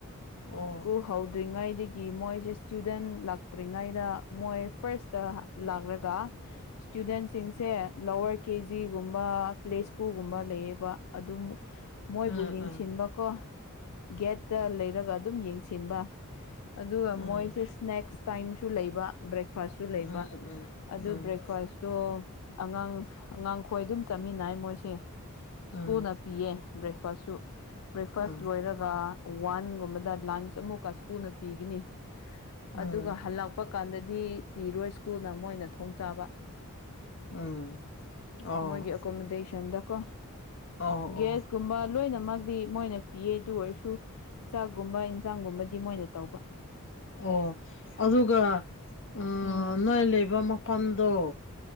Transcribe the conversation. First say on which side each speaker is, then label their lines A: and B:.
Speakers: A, on the left; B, on the left.
A: ꯑꯣ
B: ꯁ꯭ꯀꯨꯜ ꯍꯧ ꯔꯤꯉꯩꯗꯒꯤ ꯃꯣꯏꯁꯦ ꯁ꯭ꯇꯨꯗꯦꯟ ꯂꯥꯛꯇ꯭ꯔꯤꯉꯩꯗ ꯃꯣꯏ ꯐꯥꯔ꯭ꯁꯇ ꯂꯥꯛꯔꯒ ꯏꯁꯇꯨꯗꯦꯟꯁꯤꯡꯁꯦ
A: ꯎꯝ
B: ꯂꯋ꯭ꯔ ꯀꯦꯖꯤꯒꯨꯝꯕ ꯄ꯭ꯂꯦꯁꯀꯨ
A: ꯎꯝ
B: ꯀꯨꯨꯝꯕ ꯂꯩꯌꯦꯕ ꯑꯗꯨꯃꯨꯛ ꯃꯣꯏꯕꯨ
A: ꯎꯝ
B: ꯌꯦꯡꯁꯤꯟꯕꯀꯣ
A: ꯎꯝ
B: ꯒꯦꯠꯇ ꯂꯩꯔꯒ ꯑꯗꯨꯝ ꯌꯦꯡꯁꯤꯟꯕ ꯑꯗꯨꯒ
A: ꯎꯝ
B: ꯃꯣꯏꯁꯦ
A: ꯎꯝ
B: ꯁ꯭ꯅꯦꯛꯁ ꯇꯥꯏꯝꯁꯨ ꯂꯩꯕ ꯕ꯭ꯔꯦꯛꯐꯥꯁꯁꯨ ꯂꯩꯕ
A: ꯎꯝ
B: ꯑꯗꯨ
A: ꯎꯝ ꯎꯝ
B: ꯕ꯭ꯔꯦꯛꯐꯥꯁ ꯇꯣ ꯑꯉꯥꯡ ꯑꯉꯥꯡꯈꯣꯏ ꯑꯗꯨꯝ ꯆꯥꯃꯤꯟꯅꯩ ꯃꯣꯏꯁꯦ
A: ꯎꯝ
B: ꯁ꯭ꯀꯨꯜꯅ ꯄꯤꯑꯦ ꯕ꯭ꯔꯦꯛꯐꯥꯁꯁꯨ ꯕ꯭ꯔꯦꯛꯐꯥꯁ
A: ꯎꯝ
B: ꯂꯣꯏꯔ ꯒ ꯋꯥꯟꯒꯨꯝꯕꯗ ꯂꯟꯁ ꯑꯃꯛꯀ ꯁ꯭ꯀꯨꯅ ꯄꯤꯒꯅꯤ
A: ꯎꯝ
B: ꯑꯗꯨꯒ ꯍꯂꯛ ꯄꯛ ꯀꯥꯟꯗꯗꯤ ꯄꯤꯔꯣꯏ ꯁ꯭ꯀꯨꯜꯅ ꯃꯣꯏꯅ ꯊꯣꯡ ꯆꯥꯕ
A: ꯎꯝ ꯑꯣ
B: ꯃꯣꯏꯒꯤ ꯑꯦꯀꯣꯃꯣꯗꯦꯁꯟꯗꯀꯣ
A: ꯑꯣ
B: ꯒꯦꯁꯀꯨꯝꯕ
A: ꯑꯣ
B: ꯂꯣꯏꯅꯃꯛ ꯗꯤ ꯃꯣꯏꯅ ꯄꯤꯌꯦ ꯑꯗꯨ ꯑꯣꯏꯔꯁꯨ ꯆꯥꯛꯒꯨꯝꯕ ꯏꯟꯖꯥꯡꯒꯨꯝꯕꯗꯤ ꯃꯣꯏꯅ ꯇꯧꯕ
A: ꯑꯣ ꯑꯗꯨꯒ ꯑ
B: ꯎꯝ
A: ꯅꯣꯏ ꯂꯩꯕ ꯃꯐꯝꯗꯣ